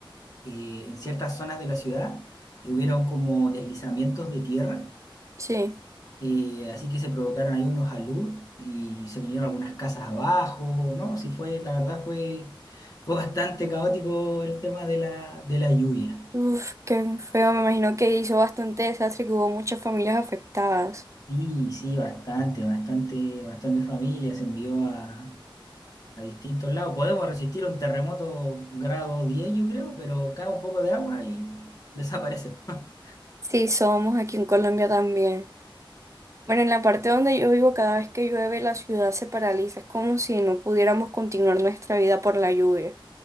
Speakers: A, on the left; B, on the right.
A: eh, en ciertas zonas de la ciudad, hubieron como deslizamientos de tierra
B: Sí.
A: y así que se provocaron ahí unos alud y se vinieron algunas casas abajo, ¿no? Sí fue, la verdad fue, fue bastante caótico el tema de la, de la lluvia.
B: Uf, qué feo. Me imagino que hizo bastante desastre y que hubo muchas familias afectadas.
A: Sí, sí, bastante, bastante, bastante familia se envió a, a distintos lados. Podemos resistir un terremoto grado 10 yo creo, pero cae un poco de agua y desaparece. <laughs>
B: Sí, somos aquí en Colombia también. Bueno, en la parte donde yo vivo, cada vez que llueve, la ciudad se paraliza. Es como si no pudiéramos continuar nuestra vida por la lluvia.